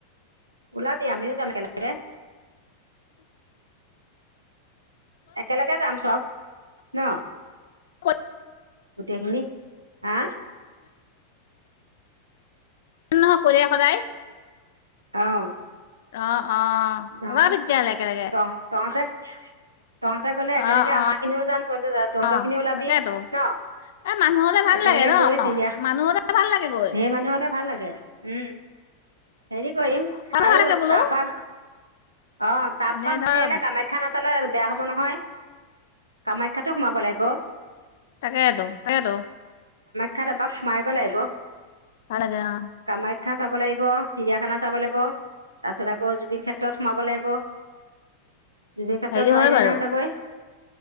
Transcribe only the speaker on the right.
ওলাবি আমিও যাম একেলগে। একেলগে যাম চব ন।
গোটেই খিনি হা
অহ
গাঁওৱে
ত তহতে তহঁতে কলে একেলগে
আমাৰ খিনিও যাম তহঁতে য তহঁতৰ
খিনিও ওলাবি
ন।
একেলগে
গৈ চিৰিয়াখ
ঢেৰ মানুহ হলে ভাল লাগে। উম হেৰি কৰিম
আৰু
তাপা অ তাৰ
পৰা গুচি
আহিলে কামাখ্যা নাচালে বেয়া হব নহয়। কামাখ্যাটো সোমাব লাগিব।
খ্যাত এপাক সোমাই আহিব লাগিব।
কামা- শা চাব লাগিব চিৰিয়াখানা চাব লাগিব তাৰপিছত আকৌ জুবিন খেত ক্ষেত্ৰত সোমাব লাগিব। বিভি ক্ষেত্ৰ
চোৱাই
নাই
নহয় চাগৈ।